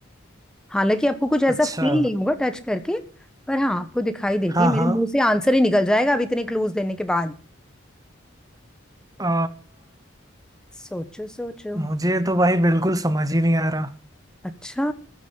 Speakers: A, in the centre; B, on the right (about 20°).
A: हालांकि आपको कुछ ऐसा
B: अच्छा
A: फील नहीं होगा टच करके पर हाँ आपको दिखाई देती
B: हाँ
A: है मेरे
B: हाँ
A: मुंह से आंसर ही निकल जाएगा अब इतने क्लूज देने के बाद
B: अ,
A: सोचो सोचो
B: मुझे तो भाई बिल्कुल समझ ही नहीं आ रहा
A: अच्छा